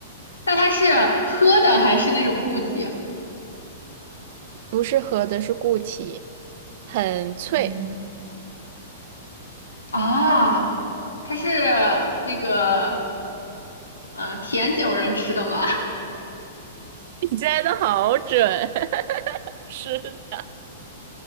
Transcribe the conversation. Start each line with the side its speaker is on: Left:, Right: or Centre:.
Left: 那它是喝的还是那种固体啊
Right: 不是喝的，是固体，很脆。
Left: 嗯，啊，它是那个呃甜酒人吃的吗？
Right: <laughs> 你猜的好准，<laughs> 是